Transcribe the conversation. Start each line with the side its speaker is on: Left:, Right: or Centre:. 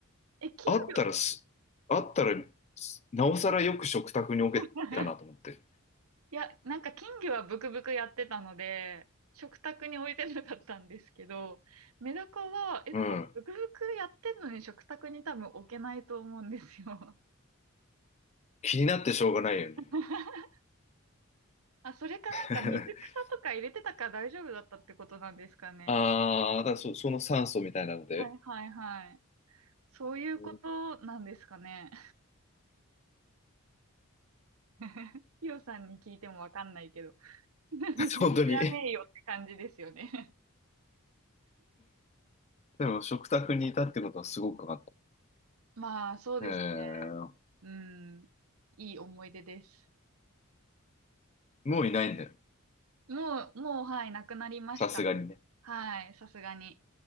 Right: え、金魚
Left: あったらす、あったらす、なおさらよく食卓に置けたなと思って。
Right: <laughs> いや、なんか金魚はブクブクやってたので、食卓に置いてなかったんですけど、メダカは、え、
Left: うん。
Right: でも、ブクブクやってんのに食卓に多分置けないと思うんですよ。
Left: 気になってしょうがないよね。
Right: <laughs> あ、それかなんか水草とか入れてたから大丈夫だったってことなんですかね。
Left: <laughs> ああ、だからそ、その酸素みたいなので。
Right: はいはいはい。そういうことなんですかね。
Left: うん
Right: <laughs> ヒロさんに聞いてもわかんないけど。<laughs>
Left: <laughs> 本当に
Right: 知らねえよって感じですよね。
Left: でも食卓にいたってことはすごく分かっ
Right: まあ、そうですね。
Left: た。えー、
Right: うん。いい思い出です。
Left: もういないんだよ。
Right: もう、もう、はい、なくなりました。
Left: さすがにね。
Right: はい、さすがに。